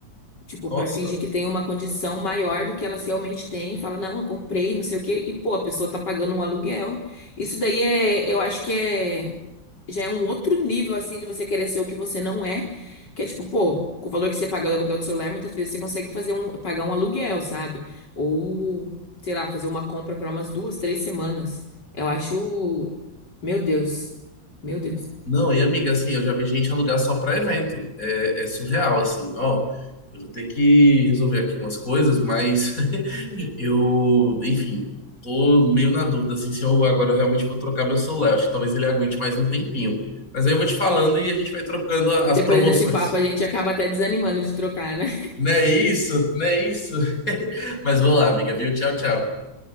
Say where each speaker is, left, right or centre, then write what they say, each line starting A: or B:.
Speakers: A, on the left (about 60°); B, on the left (about 45°).
A: Tipo,
B: Nossa.
A: pra fingir que tem uma condição maior do que elas realmente têm, fala, não, eu comprei, não sei o quê, e pô, a pessoa tá pagando um aluguel. Isso daí é, eu acho que é já é um outro nível, assim, de você querer ser o que você não é. Que é tipo, pô, com o valor que você paga do aluguel do celular, muitas vezes você consegue fazer um, pagar um aluguel, sabe? Ou, sei lá, fazer uma compra para umas duas, três semanas. Eu acho. Meu Deus. Meu Deus.
B: Não, e amiga, assim, eu já vi gente alugar só pra evento. É, é surreal, assim, ó. Eu vou ter que resolver aqui umas coisas, mas <laughs> eu, enfim, tô meio na dúvida, assim, se eu agora realmente vou trocar meu celular. Acho que talvez ele aguente mais um tempinho. Mas aí eu vou te falando e a gente vai trocando a- as
A: Depois
B: promoções.
A: desse papo, a gente acaba até desanimando de trocar, né?
B: Não é isso? Não é isso? <laughs> Mas vamos lá, amiga, viu? Tchau, tchau.